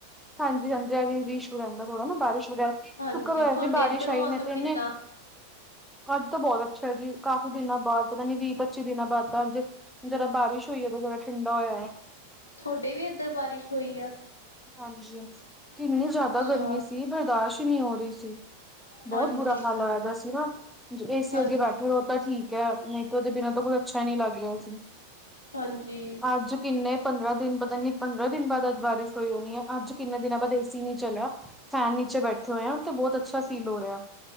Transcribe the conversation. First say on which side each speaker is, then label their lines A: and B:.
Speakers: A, in the centre; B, on the left (about 75°).
A: ਹਾਂਜੀ, ਹਾਂਜੀ ਐ ਵੀ ਰੀਸ਼ ਰੈਂਦਾ ਥੋੜਾ ਨਾ, ਬਾਰਿਸ਼ ਵਗੈਰਾ,
B: ਹਾਂਜੀ
A: ਸੂ਼ਕਰ ਹੋਏਆ
B: ਤੁਹਾਡੇ
A: ਜੇ ਬਾਰਿਸ਼
B: ਇੱਧਰ
A: ਆਈ,
B: ਮੌਸਮ
A: ਨੀ ਤੇ ਏਨੇ
B: ਕਿੱਦਾਂ
A: ਆੱਜ ਤਾਂ ਬੋਤ ਅੱਛਾ ਐ ਜੀ, ਕਾਫ਼ੀ ਦਿਨਾਂ ਬਾਦ ਪਤਾ ਨੀ ਵੀਹ, ਪੱਚੀ ਦਿਨਾਂ ਬਾਦ ਤਾਂ ਅੱਜ ਜ਼ਰਾ ਬਾਰਿਸ਼ ਹੋਈ ਏ ਤੇ ਜ਼ਰਾ ਠੰਡਾ ਹੋਏਐ।
B: ਥੋਡੇ ਵੀ ਏਦਰ ਬਾਰਿਸ਼ ਹੋਈ ਆ?
A: ਹਾਂਜੀ, ਕਿੰਨੀ ਜਾ਼ਦਾ
B: ਅੱਛਾ
A: ਗਰਮੀ ਸੀ ਬਰਦਾਸ਼ਤ ਈ ਨੀ ਹੋਰੀ ਸੀ। ਬਹੁਤ
B: ਹਾਂਜੀ
A: ਬੁਰਾ ਹਾਲ ਹੋਇਆ ਦਾ ਸੀਗਾ ਏਸੀ
B: ਹਾਂਜੀ
A: ਅੱਗੇ ਬੈਠੇ ਤਾਂ ਠੀਕ ਹੈ ਨਹੀਂ ਤਾਂ ਉਹਦੇ ਬਿਨਾਂ ਤੋਂ ਕੋਈ ਅੱਛਾ ਹੀ ਨਹੀਂ ਲੱਗ ਰਿਹਾ ਸੀ।
B: ਹਾਂਜੀ
A: ਅੱਜ ਕਿੰਨੇ ਪੰਦਰਾਂ ਦਿਨ ਪਤਾ ਨੀ ਪੰਦਰਾਂ ਦਿਨ ਬਾਅਦ ਅੱਜ ਬਾਰਿਸ਼ ਹੋਈ ਹੋਣੀ ਹੈ ਅੱਜ ਕਿੰਨੇ ਦਿਨਾਂ ਬਾਅਦ ਏਸੀ ਨੀ ਚਲਿਆ। ਫੈਨ ਨੀਚੇ ਬੈਠੇ ਹੋਏ ਆ ਤੇ ਬਹੁਤ ਅੱਛਾ ਫੀਲ ਹੋ ਰਿਹਾ।